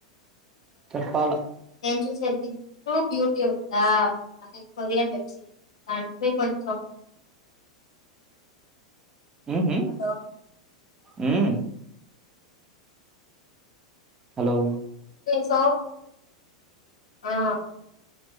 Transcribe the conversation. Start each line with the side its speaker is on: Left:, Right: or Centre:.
Right: చెప్పాల
Left: చూస బ్యటీ ఉంద కొరియ వెబ్ సిరీస్ దాంట్లో కొంచెం
Right: మ్మ్
Left: హలో
Right: మ్మ్ హలో
Left: సో ఆ